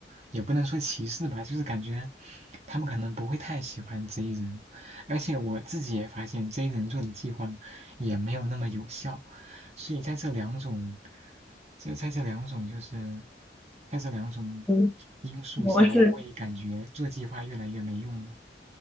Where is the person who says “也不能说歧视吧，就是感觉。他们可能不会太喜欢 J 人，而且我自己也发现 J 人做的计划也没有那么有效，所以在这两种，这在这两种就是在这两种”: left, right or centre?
Right